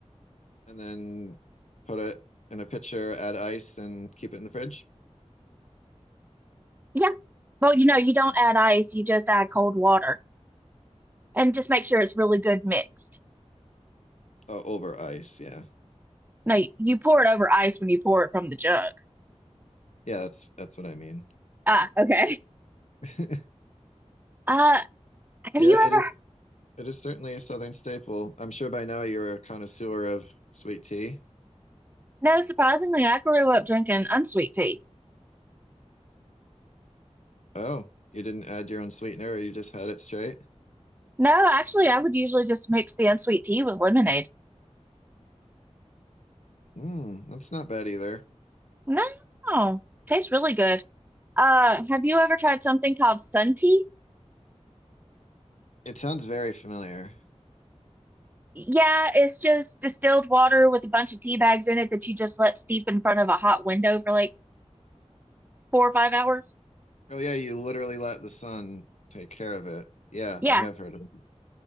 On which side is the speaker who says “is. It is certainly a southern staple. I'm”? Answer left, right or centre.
Left